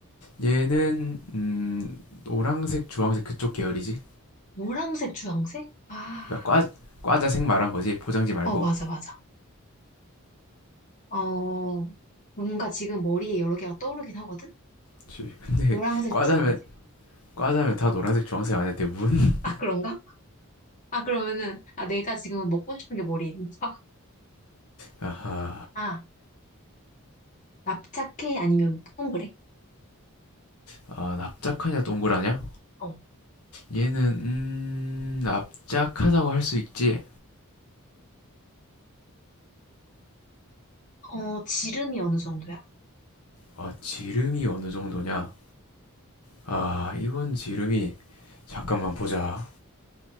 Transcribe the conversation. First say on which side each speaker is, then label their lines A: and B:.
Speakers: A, on the left; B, on the left.
A: 얘는, 음, 노란색, 주황색 그쪽 계열이지?
B: 노란색, 주황색? 아,
A: 그러니까 과, 과자색 말한 거지. 포장지 말고.
B: 어, 맞아, 맞아. 어, 뭔가 지금 머리에 여러 개가 떠오르긴 하거든?
A: 그치. 근데,
B: 노란색,
A: <laughs> 과자면,
B: 주황색.
A: 과자면 다 노란색, 주황색 아니야, 대부분?
B: 아, 그런가? 아, 그러면은, 아, 내가 지금 먹고 싶은 게 머리에 있는 거야?
A: 아,
B: 아, 납작해? 아니면 동그래?
A: 아, 납작하냐, 동그라냐?
B: 어,
A: 얘는 음, 납작하다고 할 수 있지.
B: 어, 지름이 어느 정도야?
A: 아, 지름이 어느 정도냐? 아, 이건 지름이 잠깐만 보자.